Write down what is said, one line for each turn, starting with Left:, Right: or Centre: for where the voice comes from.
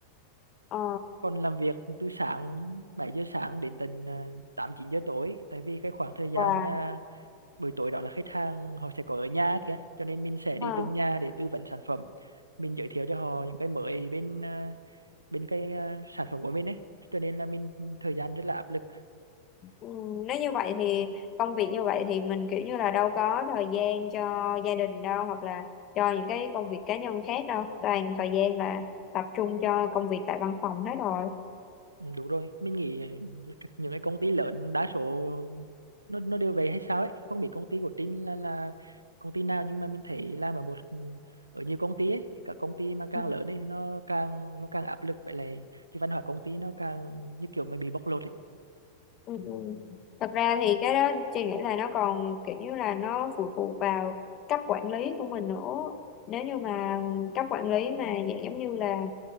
Left: ờ
Right: còn làm việc từ sáng 7 giờ sáng đến tận ờ, 8 9 giờ tối tại vì cái khoảng thời gian
Left: và
Right: ờ, buổi tối đó là khách hàng họ sẽ có ở nhà ấy kìa cho nên mình sẽ
Left: ờ.
Right: đi từng nhà để tư vấn sản phẩm mình giới thiệu cho họ những cái mới bên ờ, bên cái ờ, sản phẩm của mình ấy cho nên là mình ừ, thời gian rất là áp lực
Left: Ừ, Nếu như vậy thì công việc như vậy thì mình kiểu như là đâu có thời gian cho gia đình đâu hoặc là cho những cái công việc cá nhân khác đâu toàn thời gian là tập trung cho công việc tại văn phòng hết rồi
Right: Ừ, đúng rồi mình nghĩ các- những cái công ty lớn đa số nó nó đều vậy hay sao ấy không biết công ty của Trinh là là công ty nào nhưng mà mình thấy làm ở một ở nhiều công ty ấy thì các công ty mà càng
Left: Ừ.
Right: lớn ấy nó càng nó càng áp lực vậy là cái văn hóa công ty nó càng như kiểu mà bị bóc lột ấy
Left: Ừ. Ừ. Thật ra thì cái đó chị nghĩ là nó còn kiểu như là nó phụ thuộc vào cấp quản lý của mình nữa. Nếu như mà cấp quản lý mà dạng giống như là